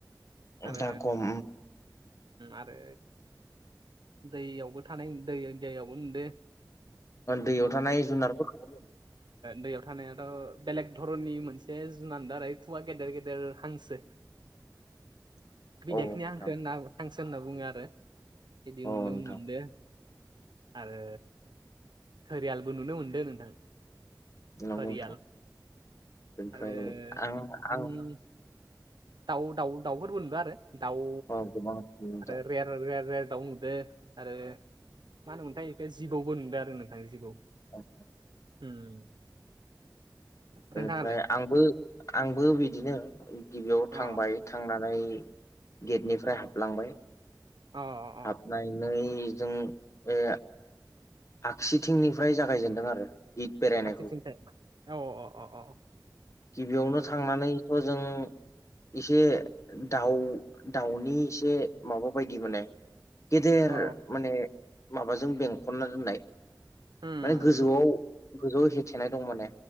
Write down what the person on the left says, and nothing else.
दा खम
दैयाव थानाय जुनारफोरखौ
<unintelligible>
औ नोंथां
औ
नोंथां
नंगौ
नोंथां बेनिफ्राय
आं
आं
औ गोबां रोखोमनि
औ
बेनिफ्राय
आंबो आंबो बिदिनो गिबियाव
थांबाय थांनानै गेटनिफ्राय हाबलांबाय
नायनायजों ए आगसिथिंनिफ्राय जागायजेनदों आरो गित बेरायनायखौ
गिबियावनो
थांनानै थ' जों एसे दाउ दाउनि एसे माबा बायदि माने गेदेर
माने माबाजों बेंखनना दोननाय
माने गोजौआव
गोजौआव हेथेनाय दं माने